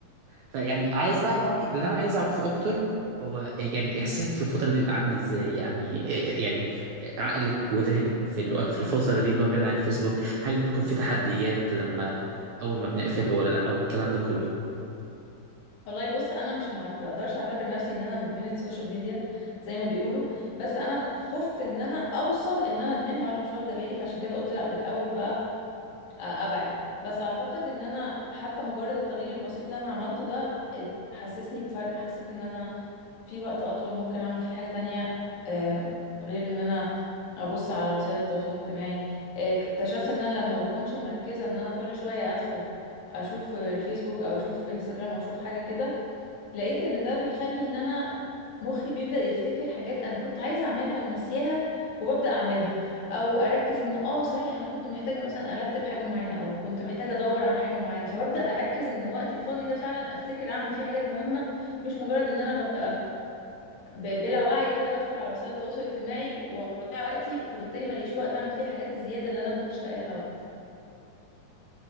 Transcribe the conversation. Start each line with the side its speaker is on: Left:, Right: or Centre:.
Right: فيعني عايز بقى يعني اللي أنا عايز أعرفه أكتر هو يعني إحساسك في الفترة دي بقى عامل إزاي يعني إيه، يعني عقلك وذهنك في الوقت في الفترة دي اللي هو بعيد عن الفيسبوك هل بتكون في تحديات لما أول ما بنقفل ولا لأ والكلام ده كله
Left: والله بص انا مش ما اقدرش اعتبر نفسي ان انا مدمنه سوشيال ميديا زي ما بيقولوا بس انا خفت ان انا اوصل ان انا ادمنها وانا مش واخده بالي فعشان كده قلت لا من الاول بقى آه، ابعد بس اعتقد ان انا حتى مجرد التغيير البسيط اللي انا عملته ده اد- حسسني بفرق حسيت ان انا في وقت اطول ممكن اعمل فيه حاجه تانية آه، غير ان انا ابص على وسائل التواصل الاجتماعي آه، اكتشفت ان انا لما بكونش مركزه ان انا كل شويه ادخل اشوف الفيسبوك او اشوف انستجرام او اشوف حاجه كده لقيت ان ده بيخلي ان انا مخي بيبدأ يفتكر حاجات انا كنت عايزة اعملها ونسيها وببدأ اعملها او اركز انه اه صحيح انا كنت محتاجة مثلا ارتب حاجة معينة او كنت محتاجة ادور عن حاجة معينة فببدأ اركز ان وقتي الفاضي ده فعلا افتكر اعمل فيه حاجات مهمة مش مجرد ان انا ببقى ب- بلا وعي كده بدخل على وسائل التواصل الاجتماعي واضيع وقتي فبالتالي ما لاقيش وقت اعمل فيه الحاجات الزيادة اللي انا ما كنتش لاقيه لها وقت